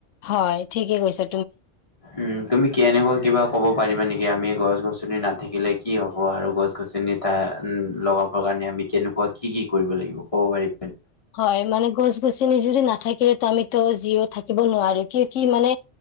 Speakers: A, on the left; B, on the left.
A: হয় ঠিকে কৈছে।
B: উম তুমি কেনেকুৱা কিবা ক'ব পাৰিবা নেকি? আমি গছ গছনি নাথাকিলে কি হ'ব আৰু গছ গছনি তটা লগাব কাৰণে আমি কেনেকুৱা কি কি কৰিব লাগিব, ক'ব পাৰিব?
A: হয় মানে গছ গছনি যদি নাথাকে ত আমিতো যিও থাকিব নোৱাৰো কিয় কি মানে